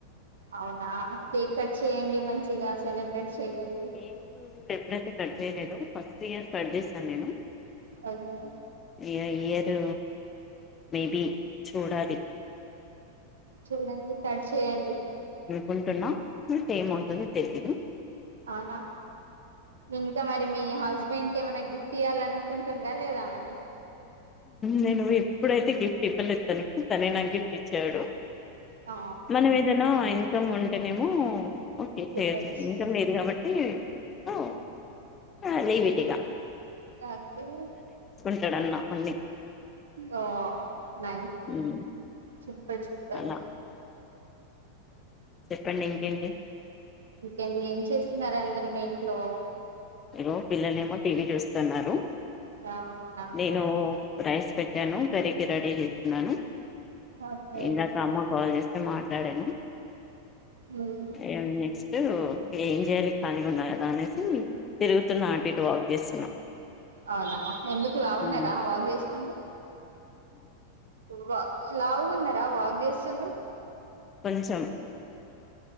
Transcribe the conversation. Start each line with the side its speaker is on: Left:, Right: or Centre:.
Right: అవునా కేక్ కట్ చేయండి మంచిగా సెలబ్రేట్ చెయ్యండి
Left: కేక్ ఎప్పుడైతే కట్ చేయలేదు ఫస్ట్ ఇయర్ కట్ చేశాను నేను
Right: హాయ్ మేడం
Left: ఇగ ఈ ఇయరు మేబి చూడాలి
Right: చూడండి కట్ చేయండి
Left: కుంటున్నా ఇంక ఏమీ తెలిదు
Right: అవునా ఇంక మరి మీ హస్బెండ్ కి ఏమైనా గిఫ్ట్ ఇయ్యల అనుకుంటున్నారా లేదా మారి
Left: నేను ఎప్పుడైతే గిఫ్ట్ ఇవ్వలేదు తనకి తనే నాకు గిఫ్ట్ ఇచ్చాడు
Right: ఆ
Left: మనం ఏదైనా ఆయన్ మొత్తం ఉంటేనేమో ఓకే డేర్
Right: ఇవ్వచ్చు
Left: చేయొచ్చు ఇంకా మీరు కాబట్టి మ్ ఆ లేైబెటిగ
Right: ఆక్చువల్లీ
Left: డన్నా అన్నీ
Right: ఓ నైస్
Left: ఉమ్
Right: చెప్ ఇప్పుడే చెప్ప
Left: అలా చెప్పండి ఇంకేంటి
Right: ఏంది ఏం చేస్తున్నారు అందరు మీ ఇంట్లో
Left: ఇగొ పిల్లలేమో టీవీ చూస్తున్నారు.
Right: ఆ ఔనా
Left: నేను రైస్ పెట్టాను కర్రీ కి రెడీ చేస్ నను
Right: ఓకే
Left: ఇందాక అమ్మ కాల్ చేస్ నేన్ మా టడాను
Right: మ్మ్.
Left: ఏం చేస్ పిలో ఏం చేయ్యాలి ఖాళీగ ఉన్నా కదా అనేసి తిరుగుతున్న ఆంటి ఇటు వాక్ చేస్తున్నా
Right: అవునా ఎందుకు లావున్నరా
Left: ఉమ్
Right: వాక్ చేస్తుంది వ్వ లావున్నరా వాక్ చేస్తుంరు
Left: కొంచెం